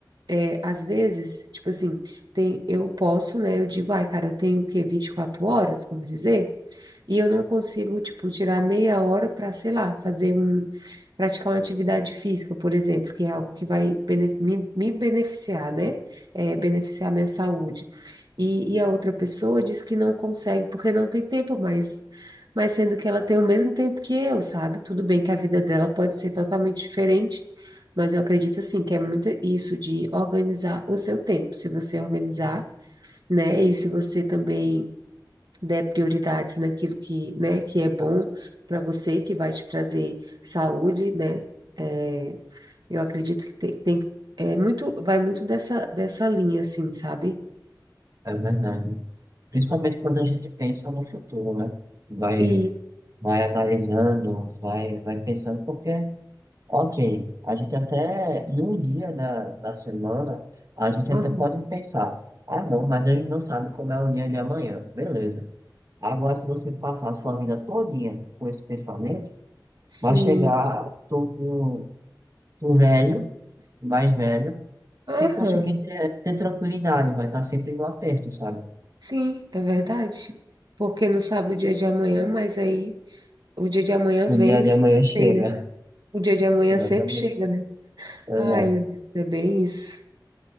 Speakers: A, on the right (about 65°); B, on the right (about 45°).
A: É, às vezes, tipo assim, tem, eu posso, né? Eu digo, ai, cara, eu tenho o quê? vinte e quatro horas, vamos dizer? E eu não consigo, tipo, tirar meia hora para, sei lá, fazer um praticar uma atividade física, por exemplo, que é algo que vai bene- me, me beneficiar, né? É, beneficiar minha saúde. E, e a outra pessoa diz que não consegue porque não tem tempo, mas, mas sendo que ela tem o mesmo tempo que eu, sabe? Tudo bem que a vida dela pode ser totalmente diferente, mas eu acredito assim que é muito isso de organizar o seu tempo. Se você organizar, né? E se você também dê prioridades naquilo que, né, que é bom
B: tá,
A: para você, que vai te trazer saúde, né? É, eu acredito que tem, tem que- é muito, vai muito dessa, dessa linha, assim, sabe?
B: é verdade. Principalmente quando a gente pensa no futuro, né? Vai,
A: E,
B: vai analisando, vai, vai pensando, porque, ok, a gente até, em um dia da, da semana, a gente
A: aham,
B: até pode pensar, ah, não, mas a gente não sabe como é o dia de amanhã. Beleza. Agora, se você passar a sua vida todinha com esse pensamento,
A: sim,
B: vai chegar, tô com o velho, o mais velho,
A: aham,
B: sem conseguir ter, ter tranquilidade, vai estar sempre no aperto, sabe?
A: sim, é verdade. Porque não sabe o dia de amanhã, mas aí o dia de amanhã
B: O
A: vem
B: dia
A: e
B: de
A: sempre
B: amanhã chega.
A: tem, né? O dia de amanhã
B: Exatamente.
A: sempre chega, né?
B: Exato.
A: Ai, meu Deus, é bem isso.